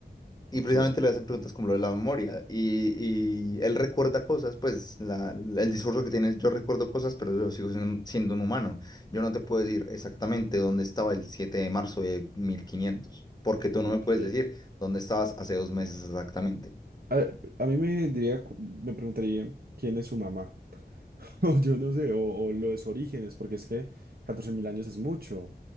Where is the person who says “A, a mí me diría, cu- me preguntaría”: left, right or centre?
Right